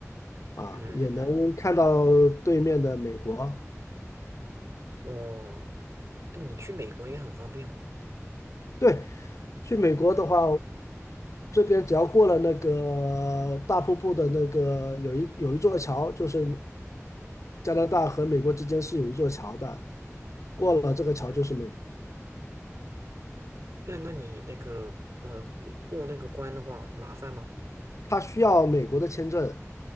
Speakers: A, on the left; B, on the right.
A: 啊，
B: 嗯嗯。
A: 也能看到对面的美国。
B: 哦，那你去美国也很方便吧？
A: 对，去美国的话，这边只要过了那个大瀑布的那个有一有一座桥，就是加拿大和美国之间是有一座桥的，过了这个桥就是美国，
B: 嗯，那那你那个呃过过那个关的话麻烦吗？
A: 它需要美国的签证，